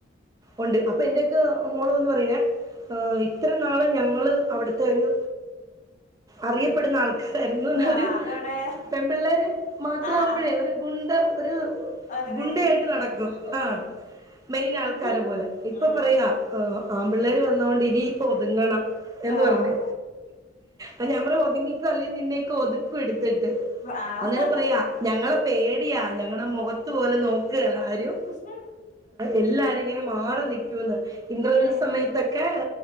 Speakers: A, on the right; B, on the left.
A: ഒണ്ട് അപ്പോ എന്റെയൊക്കെ മോള് വന്ന് പറയേ ഇത്ര നാളും ഞങ്ങള് അവിടുത്തെ ഒരു അറിയപ്പെടുന്ന ആൾക്കാ തരുന്നു ന്നൊരു
B: ആഹ് അതിവിടെ
A: പെൺ പിള്ളേര് മാത്രാവുമ്പഴേ
B: ആഹ് ആഹ്
A: ഒരു ഗുണ്ട ഒരു
B: ഒരിതേനി
A: ഗുണ്ടയായിട്ട് നടക്കും
B: ഉം ഉം
A: ആഹ്
B: ഉം
A: മെയിൻ ആൾക്കാര
B: ഉം
A: പോലെ ഇപ്പോ
B: ഉം
A: പറയാ ആൺപിള്ളേര് വന്നോണ്ട് ഇനിപ്പോ ഒതുങ്ങണം എന്ന്
B: ആഹ്
A: പറഞ്ഞ് ആഹ് ഞാൻ പറഞ്ഞു ഒതുങ്ങിക്കോ അല്ലെങ്കിൽ നിന്നൊക്കെ ഒതുക്കും എടുത്തിട്ട്
B: ആഹ്
A: അന്നേരം
B: ഹ ഹ
A: പറയാ ഞങ്ങളെ പേടിയാ ഞങ്ങളെ മൊഖത്ത് പോലും നോക്കേലാ ആരും
B: മിസ്സേ
A: എല്ലാരും ഇങ്ങനെ മാറി നിക്കൂന്ന് ഇന്റർവെൽ
B: ഏഹ്
A: സമയത്തൊക്കെ